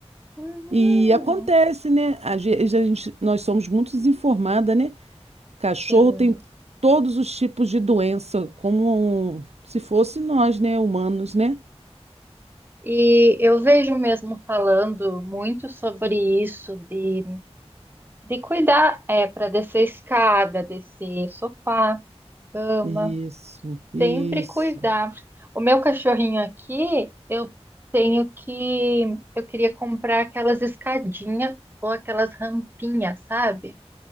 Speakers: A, on the right; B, on the right.
A: Uhum.
B: E acontece, né? Às vezes a gente, nós somos muito desinformada, né? Cachorro
A: Sim.
B: tem todos os tipos de doença, como se fosse nós, né? Humanos, né?
A: E eu vejo mesmo falando muito sobre isso, de, de cuidar, é, para descer escada, descer sofá, cama,
B: Isso, isso.
A: sempre cuidar. O meu cachorrinho aqui, eu tenho que, eu queria comprar aquelas escadinhas ou aquelas rampinhas, sabe?